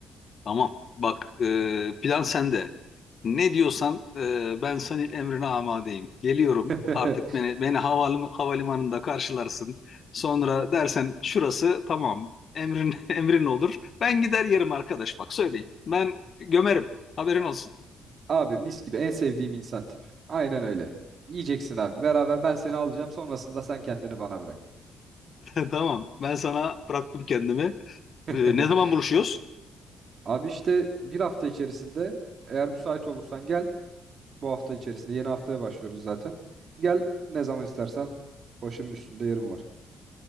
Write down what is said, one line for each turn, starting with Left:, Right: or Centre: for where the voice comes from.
Left: tamam. Bak e, plan sende. Ne diyorsan e, ben senin emrine amadeyim. Geliyorum
Right: <laughs>
Left: artık beni beni havalim, havalimanında karşılarsın. Sonra dersen şurası tamam. Emrin <laughs> emrin olur. Ben gider yerim arkadaş bak söyleyeyim. Ben gömerim. Haberin olsun.
Right: Abi mis gibi en sevdiğim insan tip. Aynen öyle. Yiyeceksin abi. Beraber ben seni alacağım. Sonrasında sen kendini bana bırak.
Left: <laughs> Tamam. Ben sana bıraktım kendimi.
Right: <laughs>
Left: Ee, ne zaman buluşuyoruz?
Right: Abi işte bir hafta içerisinde eğer müsait olursan gel. Bu hafta içerisinde yeni haftaya başlıyoruz zaten. Gel ne zaman istersen başımın üstünde yerim var.